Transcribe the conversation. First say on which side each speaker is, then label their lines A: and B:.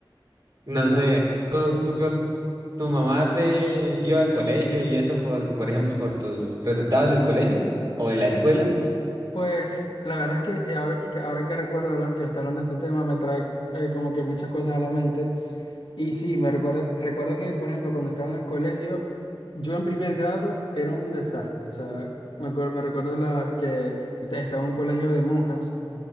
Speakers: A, on the right; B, on the left.
A: No
B: Mm.
A: sé, tú, tú que tu mamá te iba al colegio y eso por, por ejemplo, por tus resultados del colegio o de la escuela.
B: Pues la verdad es que eh, ahora que, ahora que recuerdo la- que está hablando de este tema me trae eh, como que muchas cosas a la mente. Y sí, me recuerdo, recuerdo que, por ejemplo, cuando estaba en el colegio, yo en primer grado era un desastre. O sea, me, acuer- me recuerdo la, que estaba en un colegio de monjas